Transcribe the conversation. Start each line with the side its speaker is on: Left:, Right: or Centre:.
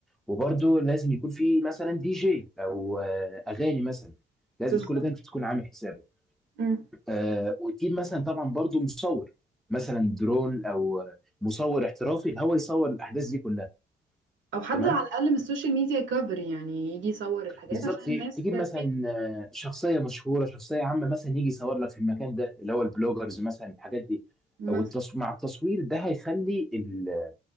Centre: وبرده لازم يكون في مثلا دي جي او آه، اغاني مثلا لازم
Right: بالظبط
Centre: كل ده انت تكون عامل حسابه
Right: مم.
Centre: آه، وتجيب مثلا طبعا برضو مصور مثلا درون او آه، مصور احترافي هو يصور الاحداث دي كلها
Right: او حد
Centre: تمام
Right: على الاقل من السوشيال ميديا يكفر يعني يجي يصور الحاجات
Centre: بالظبط
Right: عشان الناس
Centre: تجيب
Right: تسيب
Centre: مثلا آه، شخصيه مشهوره شخصيه عامه مثلا يجي يصور لك في المكان ده اللي هو البلوجرز مثلا الحاجات دي
Right: مثلا
Centre: والتص... مع التصوير ده هيخلي ال...